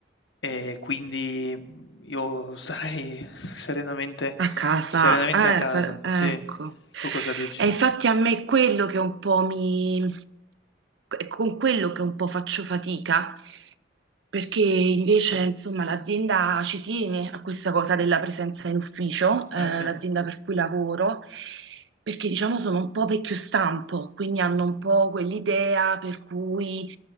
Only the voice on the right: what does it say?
A casa,
eh,
per- ecco.
E infatti a me è quello che un po' mi... con quello che un po' faccio fatica Perché invece, insomma, l'azienda ci tiene a questa cosa della presenza in ufficio, eh,
l'azienda per cui lavoro, perché diciamo sono un po' vecchio stampo, quindi hanno un po' quell'idea per cui,